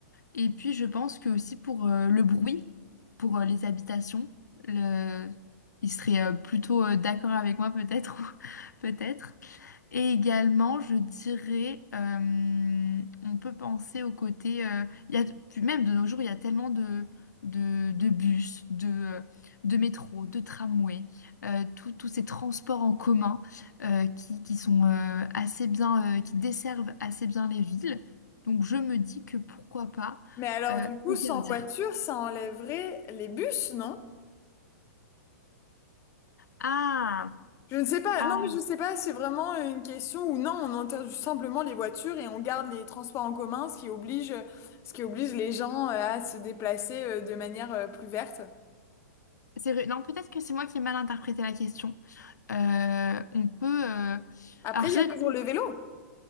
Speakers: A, on the left (about 85°); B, on the left (about 30°).
A: Et puis, je pense que aussi pour euh, le bruit, pour euh, les habitations, le... il serait euh, plutôt euh, d'accord avec moi peut-être, <laughs> ou- peut-être. Et également, je dirais, euh, on peut penser au côté, euh, il y a, puis même de nos jours, il y a tellement de, de, de bus, de, de métro, de tramway, euh, tout- tous ces transports en commun euh, qui, qui sont euh, assez bien, euh, qui desservent assez bien les villes. Donc je me dis que pourquoi pas
B: Mais alors,
A: euh,
B: du coup,
A: interdire.
B: sans voiture, ça enlèverait les bus, non?
A: Ah,
B: Je ne sais pas.
A: ah,
B: Non, mais je ne sais pas. C'est vraiment une question où non, on interdit simplement les voitures et on garde les transports en commun, ce qui oblige, ce qui oblige les gens euh, à se déplacer euh, de manière euh, plus verte.
A: c'est vrai. Non, peut-être que c'est moi qui ai mal interprété la question. Euh, on peut. euh,
B: Après,
A: Alors,
B: il
A: c'est
B: y a toujours
A: vrai que
B: le vélo.